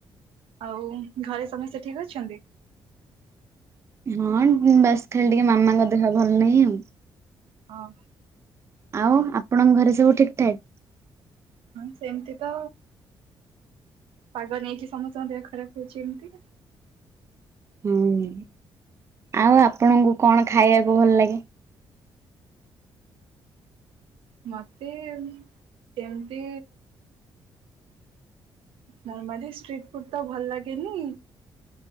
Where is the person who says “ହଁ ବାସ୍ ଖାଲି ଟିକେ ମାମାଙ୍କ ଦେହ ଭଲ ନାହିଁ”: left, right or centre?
Right